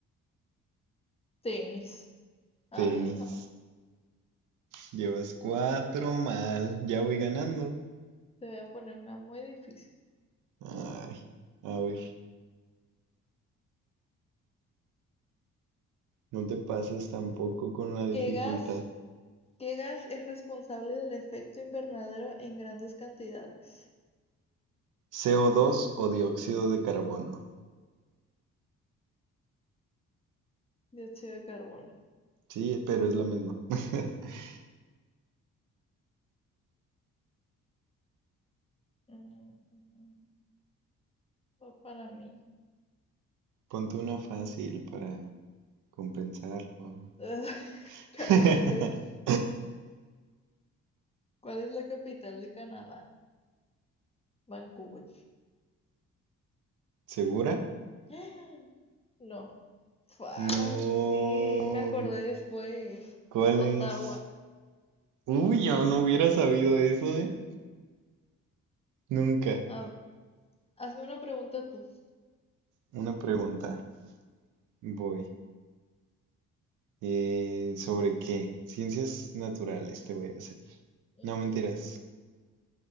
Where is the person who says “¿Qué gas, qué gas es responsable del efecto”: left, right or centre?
Left